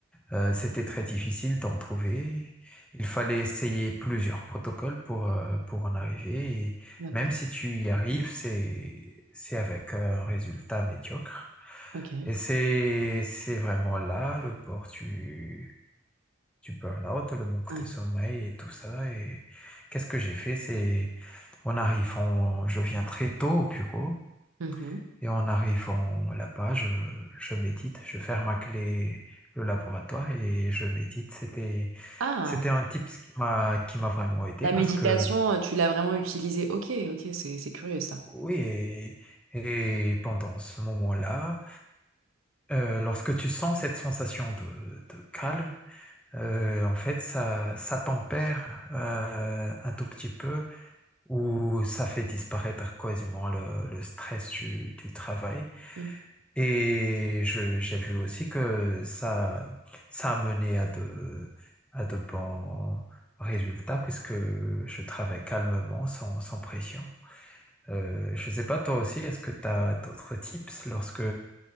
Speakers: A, in the centre; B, on the right (about 75°).
A: euh, c'était très difficile d'en trouver. Il fallait essayer plusieurs protocoles pour, euh, pour en arriver. Et
B: d'accord.
A: même si tu y arrives, c'est, c'est avec un résultat médiocre.
B: OK.
A: Et c'est, c'est vraiment là le port du, du burn-out, le manque
B: OK.
A: de sommeil et tout ça. Et qu'est-ce que j'ai fait? C'est, on arrive, on- je viens très tôt au bureau.
B: Mmh
A: Et en arrivant là-bas, je, je médite, je ferme à clé le laboratoire et je médite. C'était,
B: Ah!
A: c'était un tip qui m'a, qui m'a vraiment aidé
B: La
A: parce
B: méditation,
A: que,
B: heu, tu l'as vraiment utilisée. OK, OK, c'est c'est curieux ça.
A: oui, et, et pendant ce moment-là, euh, lorsque tu sens cette sensation de, de calme, euh, en fait, ça, ça tempère euh, un tout petit peu ou ça fait disparaître quasiment le, le stress du, du travail.
B: Mmh.
A: Et je, j'ai vu aussi que ça, ça a mené à de, à de bons résultats puisque je travaille calmement, sans, sans pression. Euh, je ne sais pas, toi aussi, est-ce que tu as d'autres tips lorsque,